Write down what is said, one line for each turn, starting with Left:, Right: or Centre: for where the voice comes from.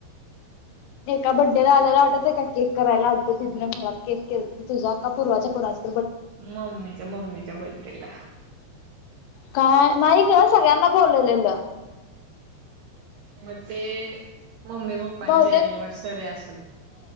Left: एका बड्डेला आल्याला आटवतंय का केक करायला आलत तीज्या मला केक केलं त तुझा का पूर्वाच्या कोणाचा
Right: मम्मीच्या मम्मीच्या बड्डेला
Left: काय नाही ग सगळ्यांना बोलवलेल
Right: म ते मम्मी पप्पांची
Left: बहुतेक
Right: अनिव्हर्सरी असल